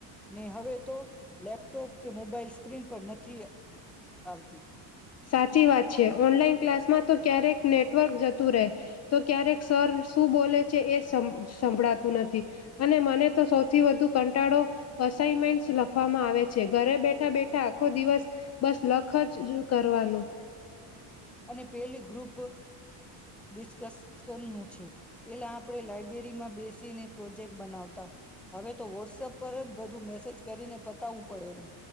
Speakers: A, in the centre; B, on the left.
A: ને હવે તો લેપટોપ કે મોબાઈલ સ્ક્રીન પર નથી. આવતી.
B: સાચી વાત છે ઓનલાઈન ક્લાસમાં તો ક્યારેક નેટવર્ક જતું રહે તો ક્યારેક સર શું બોલે છે એ સ સ સંભળાતું નથી અને મને તો સૌથી વધુ કંટાળો અસાઈનમેન્ટ લખવામાં આવે છે ઘરે બેઠા બેઠા આખો દિવસ બસ લખ જ. કરવાનું.
A: અને પેલી ગ્રુપ. ડિસ્કસનું છે. પેલા આપડે લાયબ્રેરીમાં. બેસીને પ્રોજેક્ટ બનાવતા. હવે તો વોટ્સપ પર જ બધું મેસેજ કરીને પ. પડેું રુ